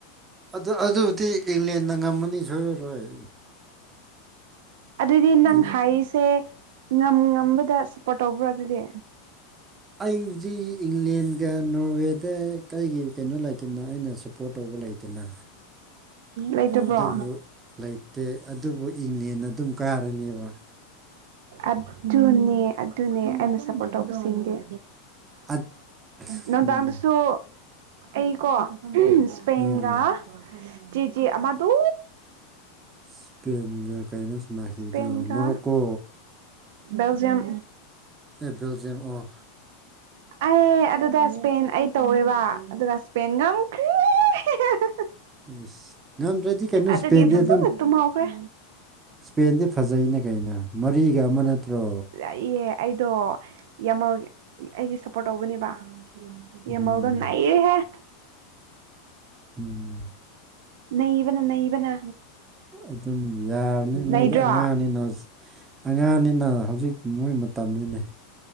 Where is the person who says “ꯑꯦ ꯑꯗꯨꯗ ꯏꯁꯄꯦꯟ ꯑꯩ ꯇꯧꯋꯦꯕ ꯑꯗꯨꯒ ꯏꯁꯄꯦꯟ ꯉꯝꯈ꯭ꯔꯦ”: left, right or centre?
Right